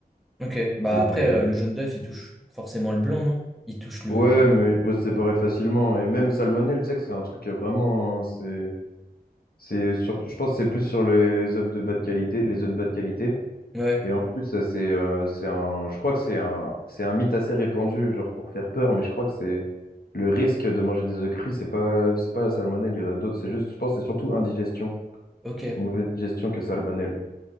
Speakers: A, in the centre; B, on the left.
A: ok. Bah
B: Et
A: après,
B: les-
A: euh, le jaune d'œuf, il touche forcément le blanc, non? Il touche le...
B: Ouais, mais il peut se séparer facilement, et même salmonelle, tu sais que c'est un truc euh, vraiment, hein, c'est, c'est surtout, je pense que c'est plus sur les œufs de bas de qualité, les œufs de bas de qualité.
A: Ouais,
B: Et en plus, ça, c'est euh, c'est un, je crois que c'est un, c'est un mythe assez répandu, genre pour faire peur, mais je crois que c'est le risque de manger des œufs crus, c'est pas, c'est pas la salmonelle, il y en a d'autres. C'est juste, je pense, que c'est surtout indigestion,
A: ok,
B: une mauvaise digestion que salmonelle.